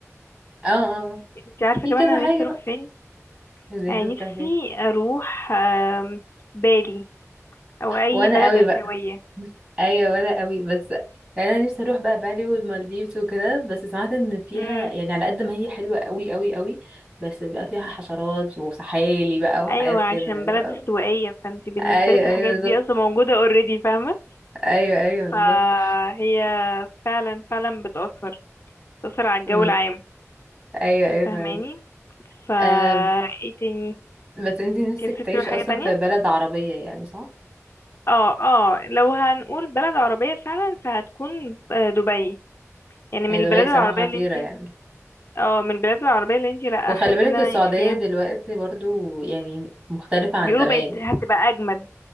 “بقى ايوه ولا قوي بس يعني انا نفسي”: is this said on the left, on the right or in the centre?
Right